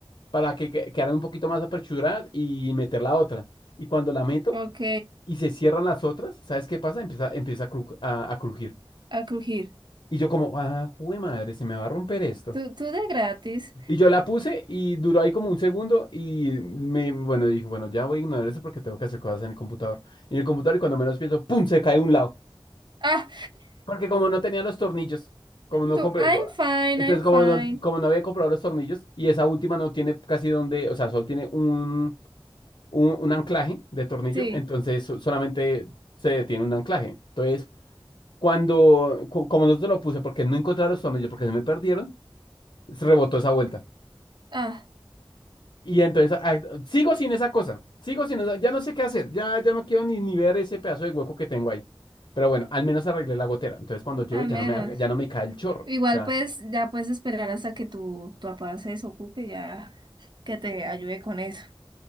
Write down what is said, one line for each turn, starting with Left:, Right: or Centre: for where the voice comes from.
Left: para que, que quedaran un poquito más aperchuradas y meter la otra. Y cuando la meto
Right: ok,
Left: y se cierran las otras, ¿sabes qué pasa? Empieza, empieza a, cru- a- a crujir.
Right: a crujir.
Left: Y yo como, ah, jue madre, se me va a romper esto.
Right: Tú, tú de gratis.
Left: Y yo la puse y duró ahí como un segundo y me, bueno, dije, bueno, ya voy a ignorar eso porque tengo que hacer cosas en el computador. Y en el computador, y cuando menos pienso, ¡pum! se cae un lado.
Right: ah
Left: Porque como no tenía los tornillos, como no
Right: Tú,
Left: compré,
Right: I'm fine,
Left: entonces
Right: I'm
Left: como
Right: fine.
Left: no, como no había comprado los tornillos y esa última no tiene casi donde, o sea, solo tiene un, un, un anclaje de tornillo,
Right: Sí,
Left: entonces so- solamente se detiene un anclaje. Entonces, cuando, co- como no se lo puse porque no encontraba los tornillos, porque se me perdieron, se rebotó esa vuelta.
Right: ah,
Left: Y entonces ah, sigo sin esa cosa, sigo sin esa, ya no sé qué hacer, ya, ya no quiero ni, ni ver ese pedazo de hueco que tengo ahí. Pero bueno, al menos arreglé la gotera. Entonces cuando llueve
Right: al
Left: ya
Right: menos.
Left: no me, haga- ya no me cae el chorro. O
Right: Igual
Left: sea,
Right: pues ya puedes esperar hasta que tu, tu papá se desocupe, ya que te ayude con eso.